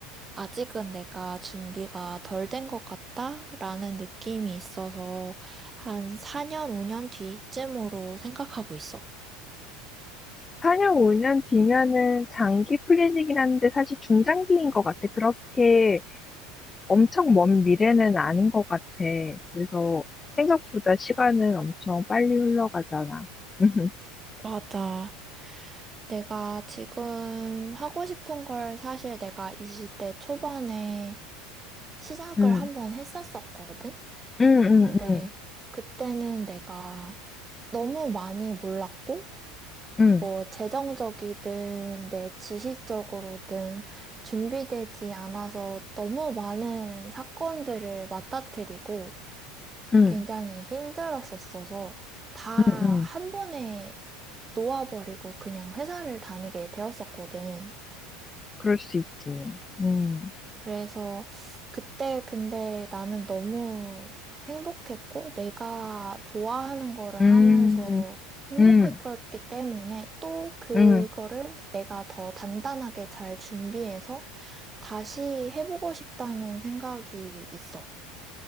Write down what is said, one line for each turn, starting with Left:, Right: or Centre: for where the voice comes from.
Right: 아직은 내가 준비가 덜 된 것 같다라는 느낌이 있어서 한 4년, 5년 뒤쯤으로 생각하고 있어.
Left: 4년, 5년 뒤면은 장기 플랜이긴 한데 사실 중장기인 것 같아. 그렇게 엄청 먼 미래는 아닌 것 같아. 그래서 생각보다 시간은 엄청 빨리 흘러가잖아. <laughs>
Right: 맞아. 내가 지금 하고 싶은 걸 사실 내가 20대 초반에 시작을
Left: 응,
Right: 한번
Left: 응,
Right: 했었었거든?
Left: 응, 응,
Right: 근데 그때는 내가 너무 많이 몰랐고,
Left: 응,
Right: 뭐 재정적이든 내 지식적으로든 준비되지 않아서 너무 많은 사건들을 맞닥뜨리고
Left: 응,
Right: 굉장히 힘들었었어서 다
Left: 응, 응.
Right: 한 번에 놓아버리고 그냥 회사를 다니게 되었었거든.
Left: 그럴 수 있지. 응,
Right: 그래서 그때 근데 나는 너무 행복했고 내가 좋아하는 거를
Left: 응,
Right: 하면서 행복했기
Left: 응,
Right: 때문에 또 그거를
Left: 응.
Right: 내가 더 단단하게 잘 준비해서 다시 해보고 싶다는 생각이 있어.